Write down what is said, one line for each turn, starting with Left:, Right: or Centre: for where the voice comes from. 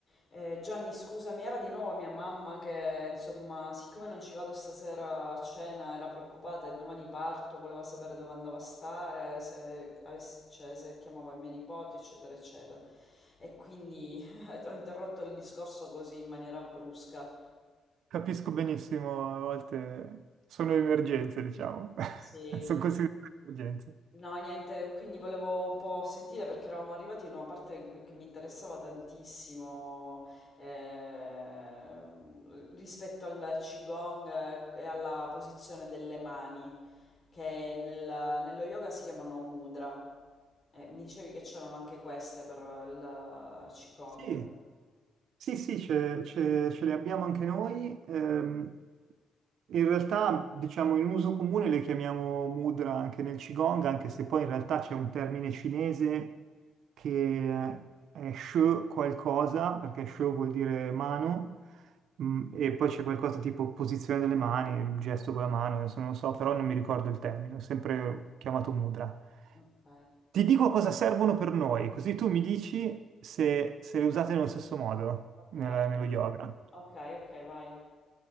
Left: Eh, Gianni, scusami, era di nuovo mia mamma che, insomma, siccome non ci vado stasera a cena, era preoccupata e domani parto, voleva sapere dove andavo a stare, se, avessi- cioè, se chiamavo i miei nipoti, eccetera, eccetera. E quindi <laughs> ho interrotto il discorso così in maniera brusca.
Right: Capisco benissimo, a volte sono emergenze, diciamo,
Left: Sì.
Right: <laughs> sono considerate emergenze.
Left: No, niente, quindi volevo un po' sentire perché eravamo arrivati in una parte in cui, che mi interessava tantissimo eh, rispetto al Qigong eh, e alla posizione delle mani, che nel- nello yoga si chiamano mudra. Eh, mi dicevi che c'erano anche queste per il Qigong.
Right: Sì, Sì, sì, ce, ce- ce le abbiamo anche noi. Ehm, in realtà, diciamo, in uso comune le chiamiamo mudra anche nel Qigong, anche se poi in realtà c'è un termine cinese che è she qualcosa, perché she vuol dire mano, mm, e poi c'è qualcosa tipo posizione delle mani, il gesto con la mano, adesso non lo so, però non mi ricordo il termine, ho sempre chiamato mudra.
Left: Ok,
Right: Ti dico cosa servono per noi, così tu mi dici se, se le usate nello stesso modo
Left: ok,
Right: nel- nello yoga.
Left: ok, ok, ok, vai.